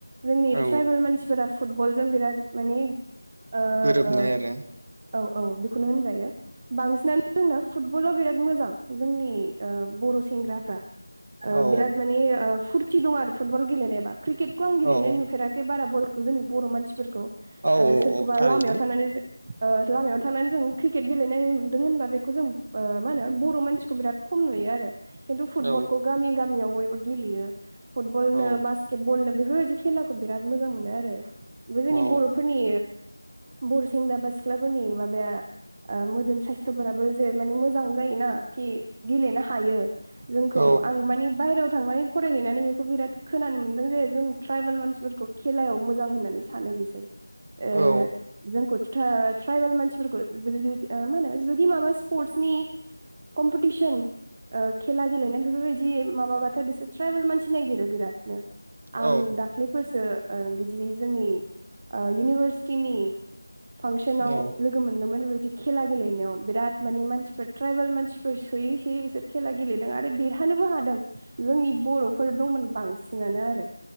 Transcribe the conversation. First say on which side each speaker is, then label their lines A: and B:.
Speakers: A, on the right (about 30°); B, on the right (about 45°).
A: जोंनि
B: औ
A: ट्राइबेल मानसिफोरा फुटबलजों बिराद माने औ
B: गोरोबनाय आरो
A: औ बेखौनो होनजायो बांसिनानो जोंना फुटबलाव बिराद मोजां जोंनि बर' सेंग्राफ्रा
B: औ
A: बिराद माने फुरथि दं आरो फुटबल गेलेनायबा क्रिकेटखौ आं गेलेनाय
B: औ
A: नुफेराखै। एबारा जोंनि बर' मानसिफोरखौ
B: औ
A: सोरखौबा
B: औ थारैनो
A: लामायाव थानानै। लामायाव थांनानै जों क्रिकेट गेलेनाय नुदों होनबा बेखौ जों मा होनो बर' मानसिखौ बिराद खम नुयो आरो खिन्थु फुटबलखौ
B: औ
A: गामि गामियाव बयबो गेलेयो। बल
B: औ
A: नो बास्केट बलनो बेफोरबायदि खेलाखौ बिराद मोजां मोनो आरो। बे जोंनि
B: औ
A: बर'फोरनि बर' सेंग्रा बा सिख्लाफोरनि माबाया मोदोम साइस्थ'फोराबो जे माने मोजां जायोना खि गेलेनो हायो जोंखौ
B: औ
A: आं माने बायहेरायाव थांनानै फरायहैनानै बेखौ बिराद खोनानो मोनदों जे जों ट्राइबेल मानसिफोरखौ खेलायाव मोजां होननानै सानो बिसोर ओ।
B: औ
A: जोंखौ ट्राइबेल मानसिफोरखौ मा होनो जुदि माबा स्पर्टसनि कम्पिटिसन खेला गेलेनाय बेफोरबायदि माबाबाथाय बिसोर ट्राइबेल मानसि नायगिरो बिरादनो
B: औ
A: आं दाख्लैफोरसो बिदि जोंनि इउनिभारसिटिनि फांसनाव
B: औ
A: लोगो मोनदोंमोन बेबायदि खेला गेलेनायाव बिराद मानि मानसिफोर ट्राइबेल मानसिफोर सोयै सोयै बिसोर खेला गेले आरो देरहानोबो हादों जोंनि बर'फोर दंमोन बांसिनानो आरो